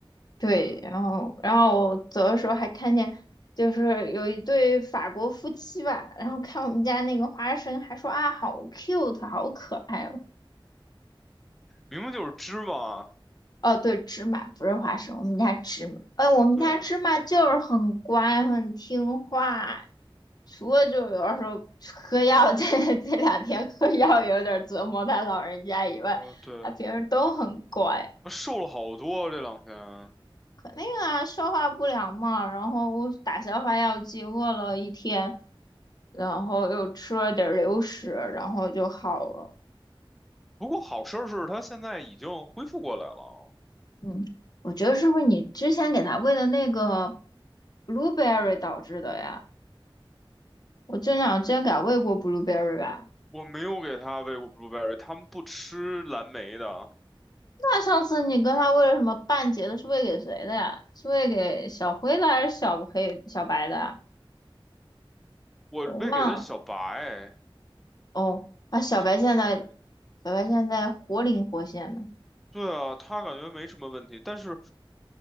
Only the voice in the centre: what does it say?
对，
明明就是芝麻，
对啊，
哦，对，
他瘦了好多这两天，
不过好事儿是他现在已经恢复过来了，
我没有给他喂过 blueberry，他们不吃蓝莓的，
我喂给的是小白，
小白。
对啊，他感觉没什么问题，但是